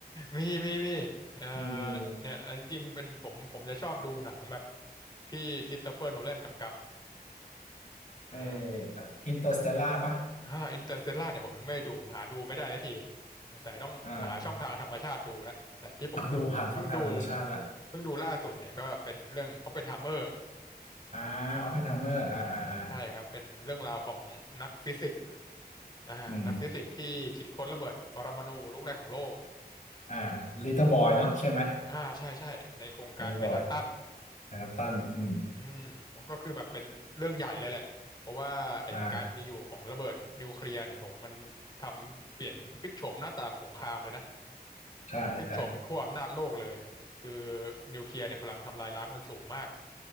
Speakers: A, on the left; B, on the left.
A: มีมีมีเอ่อ
B: มีมีมี
A: เนี่ยอันจริงๆเป็นผมผมจะชอบดูหนังแบบที่คริสโตเฟอร์โนแลนกำกับ
B: ไอ
A: อ่า
B: อินเตอร์สเตลล่าปะ
A: อ่าอินเตอร์เตลล่าเนี่ยผมยังไม่ได้ดูหาดูไม่ได้สักที สงสัยต้องหาช่องทางธรรมชาติดูแล้ว
B: อ่า
A: แต่ที่ผมเพิ่งดู
B: ต้องดูผ่านช่องทางธรรมชาติละ
A: เพิ่งดูล่าสุดเนี่ยก็เป็นเรื่อง o p p e n h เม m e r
B: อ่าออปเพนไฮเมอร์อ่าอ่าอ่า
A: ใช่ครับเป็นเรื่องราวของนักฟิสิกส์อ่านักฟิสิกส์ที่คิดค้นระเบิดปรมาณูลูกแรกของโลก
B: อืมอ่าลิตเติ้ลบอยเนาะใช่ไหม
A: อ่าใช่ใช่ในโครงการแมนฮัตตัน
B: ลิตเติ้ลบอยนะครับตันอืม
A: อืมก็คือแบบเป็นเรื่องใหญ่เลยแหละเพราะว่าไอ้การมีอยู่ของระเบิดนิวเคลียร์เนี่ยโหมันทำเปลี่ยนพลิกโฉมหน้าตาของสงครามเลยนะ
B: อ่าใช่ใช่
A: แล้วก็พลิกโฉมขั้วอำนาจโลกเลยคือนิวเคลียร์เนี่ยพลังทำลายล้างมันสูงมาก